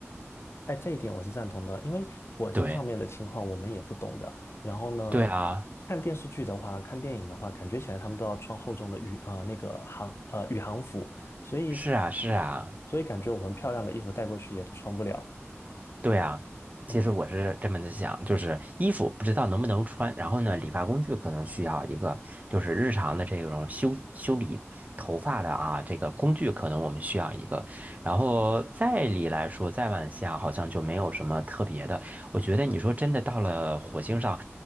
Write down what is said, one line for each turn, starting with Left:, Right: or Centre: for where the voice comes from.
Left: 哎，这一点我是赞同的，因为火星上面的情况我们也不懂的。
Right: 对，
Left: 然后呢，
Right: 对啊，
Left: 看电视剧的话，看电影的话，感觉起来他们都要穿厚重的宇呃那个航呃宇航服，所以
Right: 是啊，是啊，
Left: 所以感觉我们漂亮的衣服带过去也都穿不了。
Right: 对啊，
Left: 嗯，
Right: 其实我是这么的想，就是衣服不知道能不能穿，然后呢，理发工具可能需要一个，就是日常的这种修修理头发的啊，这个工具可能我们需要一个，然后再理来说，再往下好像就没有什么特别的。我觉得你说真的到了火星上，